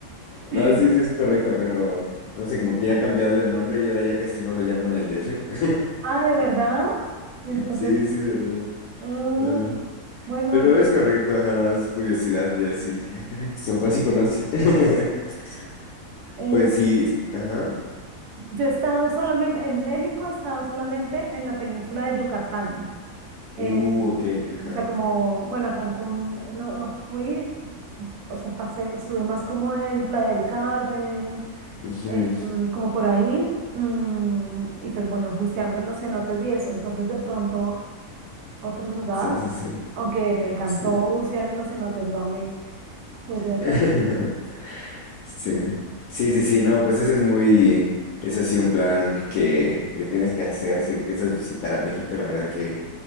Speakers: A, on the right; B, on the left.
A: <laughs>
B: No, sí, sí es correcto, pero no sé, como que ya ha cambiado el nombre y ahora ya casi no lo llaman el DF. <laughs>
A: Ah, ¿de verdad? Y entonces,
B: Sí, sí, de verdad.
A: ah,
B: Ah,
A: bueno,
B: pero
A: de-
B: es correcto, ajá, nada más curiosidad y así dije, ah, caray, mi papá sí conoce. <laughs>
A: eh,
B: Pues sí, ajá.
A: yo he estado solamente, en México he estado solamente en la península de Yucatán. Eh,
B: Uh, ok, ajá.
A: o sea, como, bueno, a Cancún no, no fui, o sea, pasé, estuve más como en Playa del Carmen,
B: Ujú,
A: em, como por ahí, mm, y pues bueno, buceando en los cenotes y eso. Entonces de pronto otro lugar,
B: Sí, sí, sí.
A: aunque me encantó
B: Sí.
A: bucear en los cenotes, lo amé, podría hacer.
B: <laughs> Sí. Sí, sí, sí, no, pues ese es muy, es así un plan que, que tienes que hacer si piensas visitar a México, la verdad que